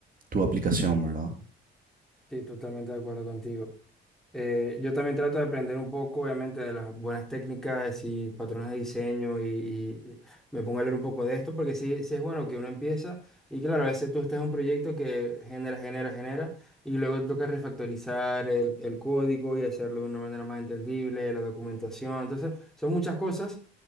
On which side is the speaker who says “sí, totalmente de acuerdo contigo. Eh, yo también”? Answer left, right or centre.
Centre